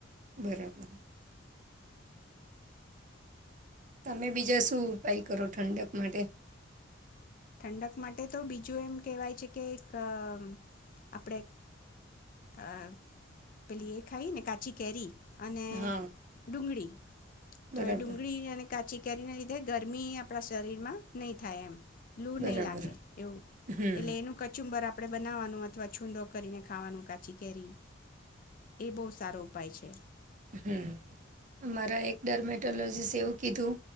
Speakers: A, on the right; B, on the left.
A: બરાબર, તમે બીજા શું ઉપાય કરો, ઠંડક માટે
B: ઠંડક માટે તો બીજું એમ કેહેવાય છે, કે અ આપણેે અ પેલી એ ખાઈ ને કાચી કેરી. અને
A: હા
B: ડુંગળી, તો
A: બરાબર
B: એ ડુંગળી ઇયાનેક કાચી કેરીને લીધે ગરમી આપણા શરીરમાં નહી થાય એમ. લુ
A: બરાબર
B: નહી લાગે એવું
A: હમ
B: એટલે એનું કચુંબર આપણે બનાવાનું હતું આ છૂંદો કરીને ખાવાનું કાચી કેરી. એ બો સારુ પાય છે.
A: હમ્મ, અમારા એકડલર્મેટોલોજીસે એવું કીધું